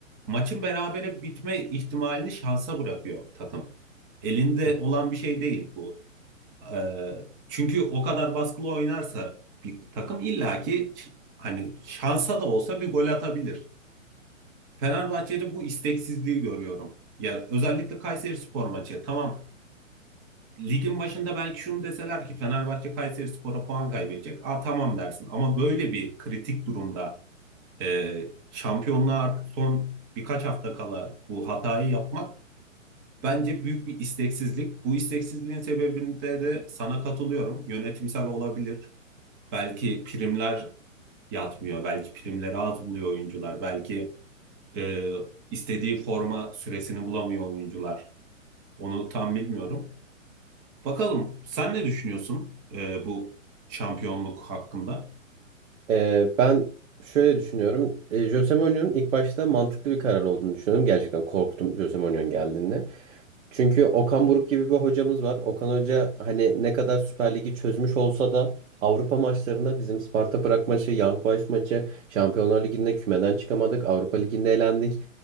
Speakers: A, on the right; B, on the right.
A: maçın berabere bitme ihtimalini şansa bırakıyor takım. Elinde
B: Hı.
A: olan bir şey değil bu. Ee, çünkü o kadar baskılı oynarsa bir takım illaki hani şansa da olsa bir gol atabilir. Fenerbahçe'de bu isteksizliği görüyorum. Ya özellikle Kayserispor maçı. Tamam. Ligin başında belki şunu deseler ki Fenerbahçe Kayserispor'a puan kaybedecek. Aa tamam dersin. Ama böyle bir kritik durumda e, şampiyonluğa artık son birkaç hafta kala bu hatayı yapmak bence büyük bir isteksizlik. Bu isteksizliğin sebebinde de sana katılıyorum. Yönetimsel olabilir. Belki primler yatmıyor. Belki primleri az buluyor oyuncular. Belki Ee, istediği forma süresini bulamıyor oyuncular. Onu tam bilmiyorum. Bakalım sen ne düşünüyorsun e, bu şampiyonluk hakkında?
B: Ee, ben şöyle düşünüyorum. Ee, Jose Mourinho'nun ilk başta mantıklı bir karar olduğunu düşünüyorum. Gerçekten korktum Jose Mourinho'nun geldiğinde. Çünkü Okan Buruk gibi bir hocamız var. Okan Hoca hani ne kadar Süper Lig'i çözmüş olsa da Avrupa maçlarında bizim Sparta Prag maçı, Young Boys maçı, Şampiyonlar Ligi'nde kümeden çıkamadık. Avrupa Ligi'nde elendik.